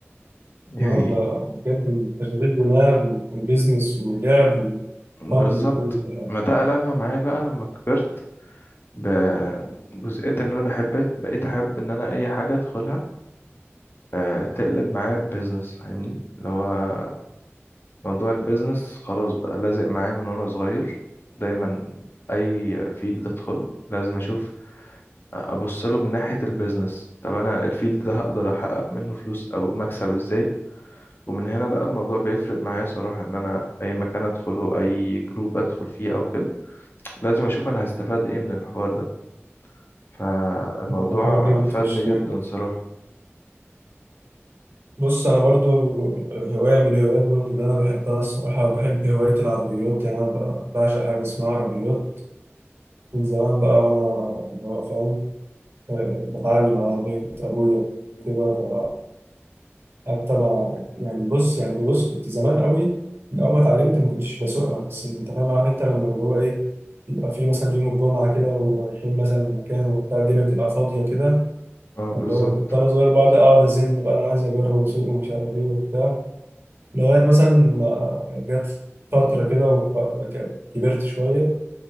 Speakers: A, on the left (about 50°); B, on the right (about 55°).
A: <laughs> يعني
B: اه ده بجد تشغيل دماغ وبيزنس ولعب وفن
A: بالظبط
B: وكل حاجه
A: ما ده قلبها معايا بقى لما كبرت بجزئية ان انا بحب بقيت احب ان انا اي حاجة ادخلها آه، تقلب معايا بيزنس فاهمني اللي هو موضوع البيزنس خلاص بقى لازق معايا من وانا صغير دايما اي فيلد ادخل لازم اشوف ابص له من ناحية البيزنس طب انا الفيلد ده هقدر احقق منه فلوس او مكسب ازاي ومن هنا بقى الموضوع بيفرق معايا صراحة ان انا اي مكان ادخله اي جروب ادخل فيه او كده لازم اشوف انا هستفاد ايه من الحوار ده فالموضوع
B: ده حوار جامد
A: فادني
B: فشخ
A: جدا صراحة
B: بص انا برضو هوايه من الهوايات برضو اللي انا بحبها الصراحه بحب هوايه العربيات يعني انا ب- بعشق حاجه اسمها عربيات من زمان بقى وانا اللي هو فاهم آه، بتعلم على عربيه ابويا وكده فحتى ما يعني بص يعني بص كنت زمان قوي من اول ما اتعلمت ما كنتش بسوقها بس انت فاهم عارف انت لما اللي هو ايه يبقى في مثلا يوم الجمعه كده ورايحين مثلا مكان وبتاع الدنيا بتبقى فاضيه كده
A: اه بالظبط
B: اللي هو كنت انا صغير بقعد اقعد ازن بقى انا عايز اجرب اسوق ومش عارف ايه وبتاع لغاية مثلا ما جت فترة كده وكبرت شوية